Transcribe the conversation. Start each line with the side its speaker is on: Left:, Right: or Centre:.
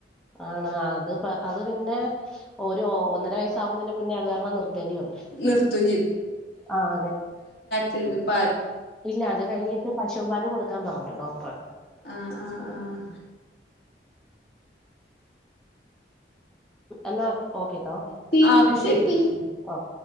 Centre: ആണ് അത് അത് പിന്നെ ഒരു ഒ ന്നര വയസാവുന്നതിന് മുന്നേ അത് കാരണം നിർത്തേണ്ടി വന്നു.
Left: നിർത്തും
Centre: ആ അതെ
Left: തിന്നു
Centre: ഇല്ല അത് കഴിഞ്ഞിട്ട് പശും പാല് കൊടുക്കാൻ പറഞ്ഞു ഡോക്ടർ
Left: ആഹ് ആഹ് ആഹ്
Centre: എന്നാ ഓക്കെട്ടോ
Left: ഓക്കെ ശരി
Centre: ഓക്കെ കേട്ടോ.